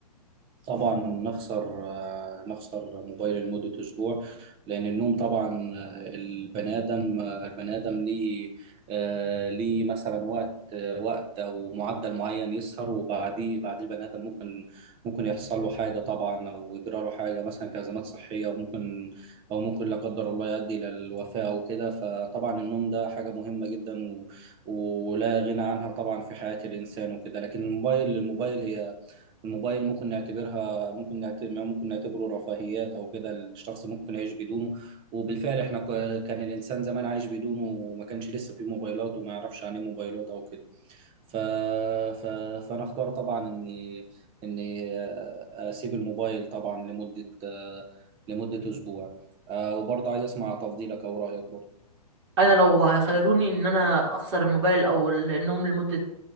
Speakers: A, on the right; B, on the right.
A: طبعا نخسر آه، نخسر موبايل لمدة أسبوع لأن النوم طبعا آه، البني آدم آه، البني آدم ليه آه، ليه مثلا وقت آه، وقت أو معدل معين يسهر وبعديه بعديه البني آدم ممكن ممكن يحصل له حاجة طبعا أو يجرى له حاجة مثلا كأزمات صحية وممكن أو ممكن لا قدر الله يؤدي إلى الوفاة أو كده فطبعا النوم ده حاجة مهمة جدا و- ولا غنى عنها طبعا في حياة الإنسان وكده لكن الموبايل الموبايل هي الموبايل ممكن نعتبرها ممكن نعتبر ممكن نعتبره رفاهيات او كده الشخص ممكن يعيش بدونه وبالفعل احنا ك- كان الانسان زمان عايش بدونه وما كانش لسه في موبايلات وما يعرفش عن ايه موبايلات او كده ف... ف... فانا اختار طبعا اني اني اسيب الموبايل طبعا لمدة لمدة اسبوع آه، وبرضه عايز اسمع تفضيلك او رايك برضه
B: انا لو هيخيروني ان انا اخسر الموبايل او ال- النوم لمده